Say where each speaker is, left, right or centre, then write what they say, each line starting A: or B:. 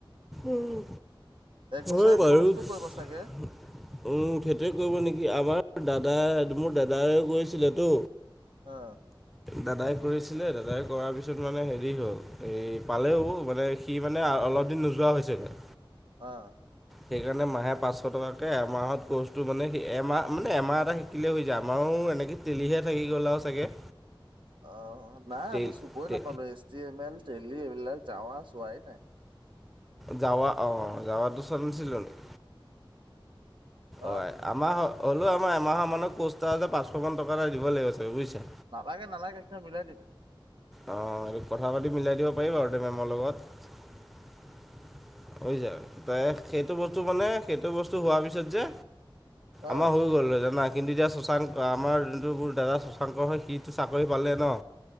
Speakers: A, in the centre; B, on the right.
A: উম
B: এক বছৰীয়া
A: হয় বাৰু।
B: কৰ্চটো
A: উম
B: কৰিব চাগে?
A: সেইটোৱে কৰিব নেকি আমাৰ দাদাই মোৰ দাদাই গৈছিল তো।
B: অ।
A: দাদাই কৰিছিলে দাদাই কৰাৰ পিছত মানে হেৰি হ'ল এই পালেও মানে। এ মানেই অলপ দিন নোযোৱা হৈছিলে।
B: অ
A: সেইকাৰণে মাহে পাঁচশ টকাকৈ এমাহত ক'ৰ্চটো মানে এমাহ মানে এমাহ এটা শিক। <unintelligible> আমাৰো এনেকৈ তেলিহে থাকি গ'ল আৰু চাগে।
B: <inaudible> অ নাই
A: তেল
B: আমি চুবই
A: তে
B: নাপালো এছটি এম এল টেলি এইবিলাক যাৱা চোৱাই নাই।
A: যাৱা অঁ যাৱাটোওচৰত নাছিলোক।
B: অ
A: হয় আমাহ হ'লেও আমাৰ এমাহৰ মানত ক'ষ্টাৰতে পাঁচশ মান টকা এটা দিব লাগিব চাগে বুজিছে।
B: নালাগে নালাগে সেইখিনি মিলাই দিম।
A: অঁ এইটো কথা পাতি মিলাই দিব পাৰিম আৰু তে মেমৰ লগত। হৈ যায় ত সেইটো বস্তু মানে সেইটো বস্তু হোৱাৰ পিছত যে।
B: অ
A: আমাৰ হৈ গ'ল জানা। কিন্তু এতিয়া শশাংক আমাৰ যোনটো মোৰ দাদা শুশাংকৰ হয় সিটো চাকৰি পালে ন।